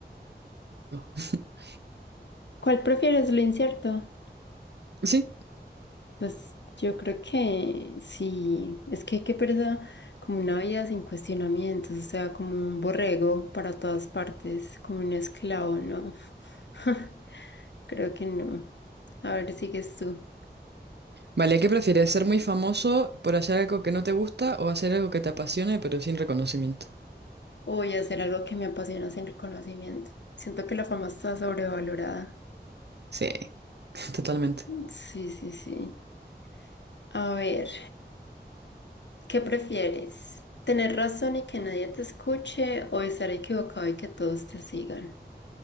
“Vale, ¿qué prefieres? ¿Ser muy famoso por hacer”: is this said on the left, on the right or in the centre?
Right